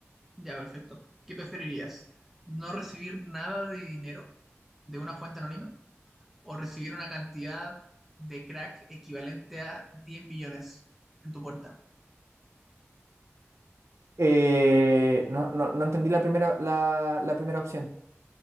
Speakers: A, in the centre; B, on the right.
A: Ya, perfecto. ¿Qué preferirías? ¿No recibir nada de dinero de una fuente anónima o recibir una cantidad de crack equivalente a 10 millones en tu puerta?
B: Eh, no, no, no entendí la primera, la, la primera opción.